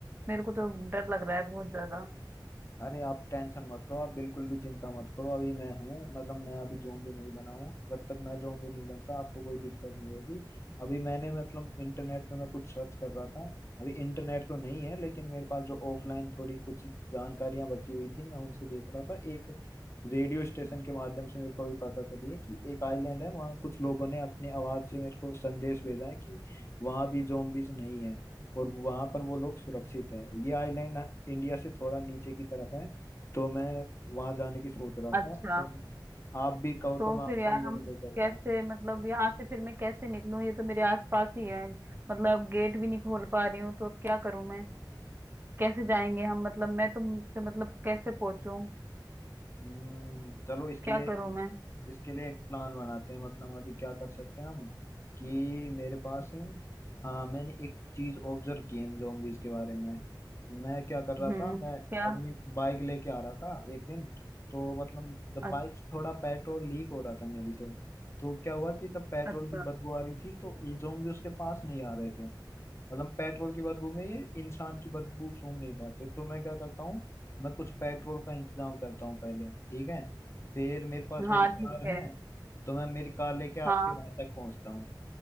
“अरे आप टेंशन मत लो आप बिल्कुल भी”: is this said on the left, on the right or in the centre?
Left